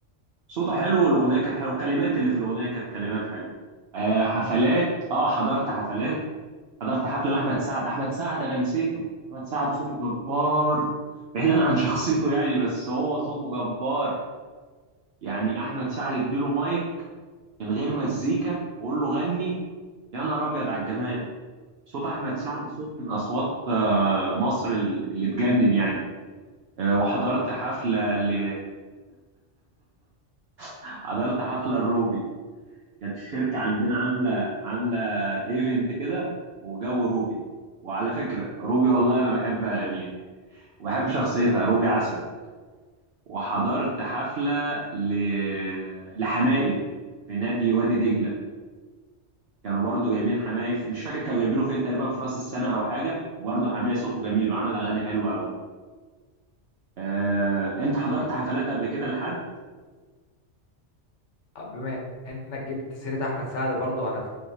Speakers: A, on the right; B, on the left.
A: صوته حلو والاغنيه كانت حلوه الكلمات اللي في الاغنيه كانت كلمات حلوه آه حفلات اه حضرت حفلات حضرت حفله لاحمد سعد احمد سعد انا نسيته احمد سعد صوته جبار بعيدا عن <laughs> شخصيته يعني بس هو صوته جبار يعني احمد سعد اديله مايك من غير مزيكا وقول له غني يا نهار ابيض على الجمال صوت احمد سعد صوت من اصوات آه مصر اللي تجنن يعني آه وحضرت حفله ل... <laughs> حضرت حفله الروبي كانت الشركة عندنا عاملة عاملة ايفنت كده وجابوا روبي وعلى فكرة روبي والله أنا بحب أغانيها وبحب شخصيتها روبي عسل وحضرت حفلة ل... لحماقي في نادي وادي دجلة كانوا برضو جايبين حماقي في... مش فاكر كانوا جايبينه فين تقريبا في راس السنة أو حاجة وبرضو حماقي صوته جميل وعمل أغاني حلوة أوي آه... أنت حضرت حفلات قبل كده لحد؟
B: آه، بما انك جبت سيرة احمد سعد برضو انا